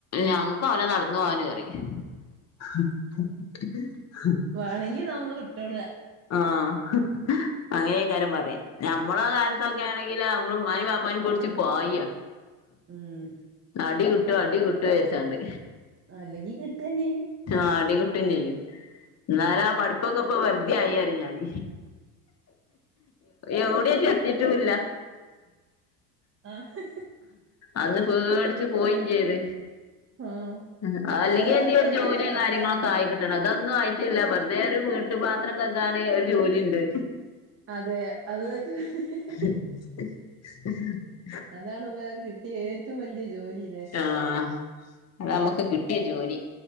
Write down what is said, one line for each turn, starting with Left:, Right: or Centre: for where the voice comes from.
Left: ഞങ്ങൾക്ക് അവുല നടന്നു പോകാൻ പരിം <unintelligible>
Right: വേണെങ്കി നമ്മെൾ വിട്ടോളാ
Left: ആഹ് അങ്ങനെയ്ക്കാരം പറിയാ ഞമ്മളെ കാൽത്തൊ ക്ക ആണെങ്കിൽ നമ്മള് ഇമാനിം പപാനിം പൊടിച്ച്പായ
Right: ഉം
Left: അടി കിട്ടോ അടി കിട്ടോ വിചാര്ച്ചാണ്ട്
Right: അല്ലെങ്കിൽ കിട്ടെ ചെയ്യും
Left: ആ അടികിട്ടും ചെയ്യും എന്നാല ആ പഠിപ്പൊക്കെ ഇപ്പൊ വെറുതെ ആയിന്ന് ഞാന് എവിടെയ ച എത്തിട്ടില്ല
Right: ആഹ്
Left: അന്ന് പേട്ച്ച് പോയിം ചെയ്ത്
Right: ആഹ്
Left: അഹ്
Right: പത്താം
Left: അല്ലെങ്കിൽ
Right: ക്ലാസ്
Left: എന്തെങ്കിലും
Right: വരെ
Left: ഒര് ജോലിയോ
Right: പത്ത
Left: കാര്യങ്ങളൊ തായി കിട്ടണം അതൊന്നും ആയിട്ടില്ല വെറുതെ ഒരു വീട്ടുപാത്രം കെകാൻ ഒരു ജോലിണ്ട്
Right: അതെ അത് ത്തന്നെ <unintelligible>
Left: <unintelligible> <unintelligible>
Right: അതാണ് ഇപ്പ കിട്ടിയ ഏറ്റവും വലിയ ജോലി
Left: ആഹ് അതാ അമ്മെക്ക് കിട്ടിയ ജോലി